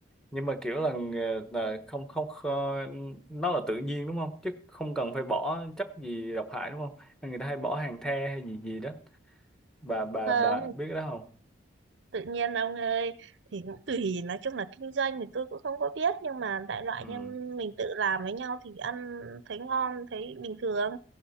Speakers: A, in the centre; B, on the right.
A: nhưng mà kiểu là, ờ, là không không ờ, nó là tự nhiên đúng không chứ không cần phải bỏ chất gì độc hại đúng không nên người ta hay bỏ hàng the hay gì gì đó bà bà
B: không
A: bà biết cái đó không
B: tự nhiên ông ơi thì cũng tùy nói chung là kinh doanh thì tôi cũng không có biết nhưng mà đại loại
A: ừ.
B: như mình tự làm với nhau thì ăn thấy ngon thấy bình thường